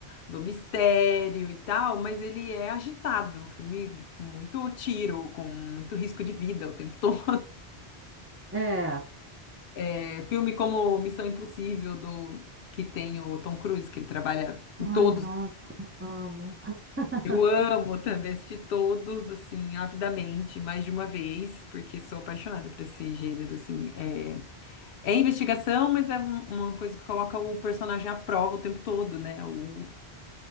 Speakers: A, on the left; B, on the right.
A: do mistério e tal, mas ele é agitado, é um filme com muito tiro, com muito risco de vida o tempo <laughs> todo.
B: É,
A: É, filme como Missão Impossível do que tem o Tom Cruise, que ele trabalha em
B: Ai,
A: todos
B: nossa, amo. <laughs>
A: Eu amo também assistir todos, assim, avidamente, mais de uma vez, porque sou apaixonada por esse gênero, assim. É, é investigação, mas é um- uma coisa que coloca o personagem à prova o tempo todo, né? O